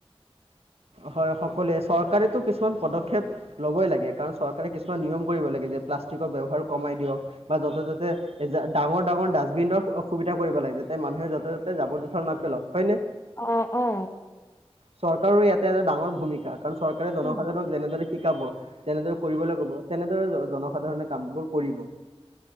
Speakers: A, on the right; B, on the left.
A: হয় সকলোৱে। চৰকাৰেতো কিছুমান পদক্ষেপ ল'বই লাগে, কাৰণ চৰকাৰে কিছুমান নিয়ম কৰিব লাগে যে প্লাষ্টিকৰ ব্যৱহাৰ কমাই দিয়ক বা য'তে ত'তে ডাঙৰ ডাঙৰ ডাষ্টবিনৰ অসুবিধা কৰিব লাগে, যাতে মানুহে য'তে ত'তে জাবৰ জোথৰ নাপেলাওক। হয়নে?
B: অ', অ'।
A: চৰকাৰো ইয়াতে এটা ডাঙৰ ভূমিকা। কাৰণ চৰকাৰে জনসাধাৰণক
B: উম,
A: যেনেদৰে শিকাব তেনেদৰে কৰিবলৈ ক'ব তেনেদৰে জনসাধাৰণে কামবোৰ কৰিব।